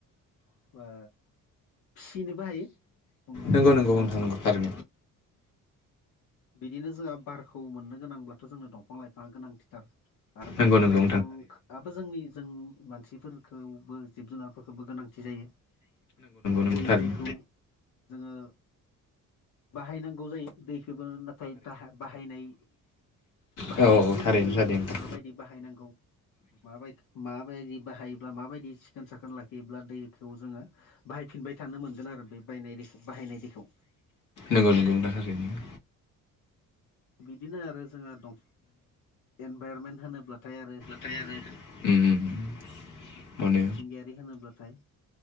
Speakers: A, on the left; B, on the left.
A: बा फिसिनोबो हायो, बुंनो
B: जों बायदिसिना सम्पदफोरबो मोननो नंगौ
A: हायो
B: नंगौ नोंथां
A: थाङोब्ला।
B: नंगौ आरो
A: बिदिनो जोंहा बारखौ मोननो गोनांब्लाथ' जोंनो दंफां लाइफाङा गोनांथिथार आरो दंफां
B: नंगौ नंगौ
A: लाइ बिफां बो जोंनि जों मानसिफोरखौबो जिब जुनारफोरखौबो गोनांथि जायो
B: नोंथां
A: दै
B: थारैनो
A: दैखौ जोङो बाहायनांगौ जायो दैखौबो नाथाय बाह बाहायनाय बाहायनायखौबो
B: दाबो जोंनि मानसिफोरनोबो टेक्न'लजिखौबो गोनांथि जायो नंगौ थारैनो औ औ थारैनो
A: जों रोंनांगोन
B: थारैनो नोंथां
A: माबायदि बाहायनांगौ माबाय माबायदि बाहायोब्ला माबायदि सिखोन साखोन लाखियोब्ला दैखौ जोङो बाहायफिनबाय थानो मोनगोन आरो बे बायनाय बाहायनाय दैखौ
B: नंगौ नंगौनि थाखायनो
A: बिदिनो आरो जोङो दं इनभाइरमेन्ट होनोब्लाथाय आरो
B: <unintelligible> मोनो
A: मिथिंगायारि होनोब्लाथाय